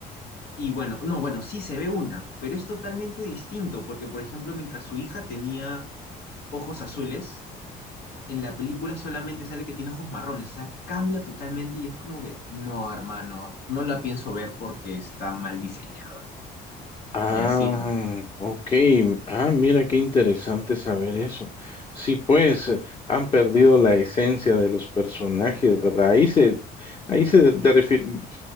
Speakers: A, on the left; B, on the left.
A: y bueno, no, bueno, sí se ve una, pero es totalmente distinto, porque por ejemplo, mientras su hija tenía ojos azules, en la película solamente sale que tiene ojos marrones, o sea, cambia totalmente y es como que, no, hermano, no la pienso ver porque está mal diseñada.
B: Ah,
A: Y así,
B: ok. Ah, mira qué interesante saber eso. Sí, pues eh, han perdido la esencia de los personajes, ¿verdad? Ahí se, ahí se de- de- refi-